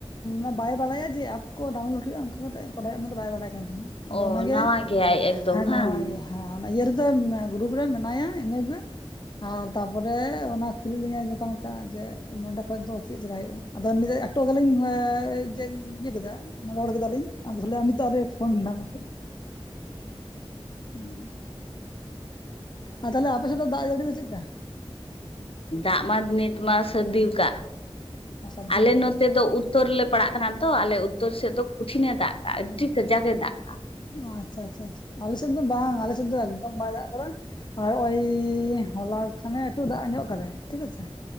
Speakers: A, on the left; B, on the left.
A: ᱫᱚ ᱵᱟᱭ ᱵᱟᱲᱟᱭᱟ ᱡᱮ ᱠᱚ ᱰᱟᱣᱩᱱᱞᱳᱰ ᱦᱩᱭᱩᱜᱼᱟ ᱚᱱᱠᱟ ᱠᱟᱛᱮᱫ ᱵᱟᱲᱟᱭᱚᱜ ᱚᱱᱟ ᱫᱚ ᱵᱟᱭ ᱵᱟᱲᱟᱭ ᱠᱟᱱ ᱛᱟᱦᱮᱱᱟ ᱟᱫᱚ
B: ᱚ
A: ᱚᱱᱟᱜᱮ
B: ᱱᱟᱣᱟ ᱜᱮᱭᱟᱭ ᱮᱠᱫᱚᱢ
A: ᱟᱨ
B: ᱦᱟᱝ
A: ᱱᱚᱜᱼᱚᱭ ᱦᱮᱸ ᱚᱱᱟ ᱤᱭᱟᱹ ᱨᱮᱫᱚ ᱜᱨᱩᱯ ᱨᱮ ᱢᱮᱱᱟᱭᱟ, ᱤᱱᱟᱹ ᱜᱮ ᱟᱨ ᱛᱟᱯᱚᱨᱮ ᱚᱱᱟ ᱠᱩᱞᱤ ᱞᱤᱧᱟᱹᱭ ᱡᱚᱛᱚ ᱱᱚᱝᱠᱟ ᱡᱮ ᱱᱚᱸᱰᱮ ᱠᱷᱚᱡ ᱫᱚ ᱪᱮᱫ ᱪᱮᱠᱟ ᱦᱩᱭᱩᱜᱼᱟ ᱾ ᱟᱫᱚ ᱩᱱᱱᱤ ᱫᱚ ᱟᱴᱚᱜ ᱟᱞᱤᱧ ᱢᱟᱻ ᱤᱭᱟᱹ ᱠᱮᱫᱟ᱾ ᱨᱚᱲ ᱠᱮᱫᱟᱞᱤᱧ ᱟᱫᱚ ᱛᱟᱦᱚᱞᱮ ᱱᱤᱛᱚᱜ ᱟᱨ ᱦᱚᱸᱭ ᱯᱷᱳᱱ ᱫᱟ ᱚᱱᱟᱛᱮ᱾ ᱩᱸ ᱟᱨ ᱛᱟᱦᱚᱞᱮ ᱟᱯᱮ ᱥᱮᱫ ᱫᱟᱜ ᱡᱟᱹᱲᱤ ᱫᱚ ᱪᱮᱫᱠᱟ?
B: ᱫᱟᱜ ᱢᱟ ᱱᱤᱛ ᱢᱟ ᱥᱟᱹᱨᱫᱤ ᱟᱠᱟᱫ
A: ᱥᱟᱹᱨᱫᱤ
B: ᱟᱞᱮ
A: ᱠᱟᱫᱟᱭ
B: ᱱᱚᱛᱮ ᱫᱚ ᱩᱫ ᱩᱛᱛᱚᱨ ᱨᱮᱞᱮ ᱯᱟᱲᱟᱜ ᱠᱟᱱᱟ ᱛᱚ ᱟᱞᱮ ᱩᱛᱛᱚᱨ ᱥᱮᱫ ᱫᱚ ᱠᱩᱴᱷᱤᱱ ᱮ ᱫᱟᱜ ᱠᱟᱸᱜᱼᱟ ᱫᱟ ᱟᱹᱰᱤ ᱠᱟᱡᱟᱠ ᱮ ᱫᱟᱜ
A: ᱚ ᱟᱪᱪᱷᱟ ᱟᱪᱪᱷᱟ ᱟᱪᱪᱷᱟ᱾ ᱟᱞᱮᱥᱮᱫ ᱫᱚ ᱵᱟᱝ ᱟᱞᱮ ᱥᱮᱫ ᱫᱚ ᱮᱠᱫᱚᱢ ᱵᱟᱭ ᱫᱟᱜ ᱟᱠᱟᱫᱟ᱾ ᱟᱨ ᱳᱭ ᱦᱚᱞᱟ ᱠᱷᱟᱱᱮ ᱮᱠᱴᱩ ᱫᱟᱜ ᱧᱚᱜ ᱟᱠᱟᱫᱟᱭ ᱾ ᱴᱷᱤᱠ ᱟᱪᱷᱮ